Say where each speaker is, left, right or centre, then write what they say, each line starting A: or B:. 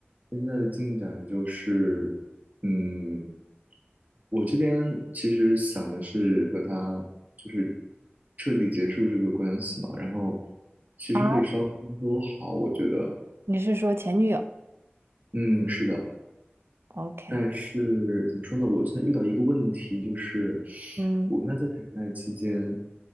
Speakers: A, on the right; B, on the right.
A: 现在的进展就是，嗯，我这边其实想的是和他就是彻底结束这个关系嘛，然后其实对双方都好，
B: 啊，
A: 我觉得，
B: 你是说前女友
A: 嗯，是的，
B: ？OK，
A: 但是怎么说呢？我现在遇到一个问题，就是
B: 嗯，
A: 我跟他在谈恋爱期间，